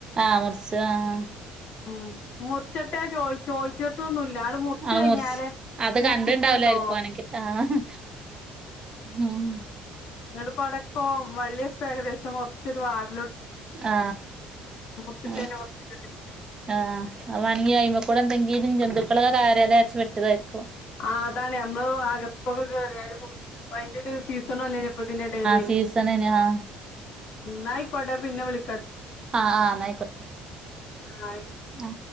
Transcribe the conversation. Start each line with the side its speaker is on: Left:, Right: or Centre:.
Right: ആഹ് മുറിച്ച് ആഹ്
Left: ഉം മുറിച്ചിട്ടേ ചോയി ചോയിച്ചിട്ടൊന്നുല്ല ട് മുറിച്ച്
Right: അത്
Left: കഴിഞ്ഞാരെ
Right: അത്
Left: മുറിച്ചിട്ടൻ
Right: കണ്ടിണ്ടാവൂലായിരിക്കും
Left: ട്ടോ
Right: വാണെങ്കി ആഹ് ഉം
Left: നിട പടക്കോ വള്ളിയൊക്കെ ഏകദേശം മുറിച്ചൊരു വാട
Right: ആ
Left: മുറിച്ചിട്ടേന്റെ
Right: ആ
Left: കൊറച്ച് ഇങ്ങട്ട് കേറിയപ്പോ
Right: ആ അവണിയയിമക്ക ലുടെ എന്തെങ്കിലും ജന്തുക്കള് കാര്യതച്ച് വെട്ടിയാതായിരിക്കും
Left: ആ അതാണേ അമ്മള് അകതൊക്കെ കേറിയലു കൊടുക്കൂല്ല അയിന്റെ ഒരു സീസണുല്ലേ ഇനിപ്പ ഇതിന്റെടെല്
Right: സീസനന ആ
Left: ന്നായിക്കോട്ടെ പിന്നെ വിളി
Right: ആ ആ ആയിക്കോട്ടെ
Left: ആ
Right: ആ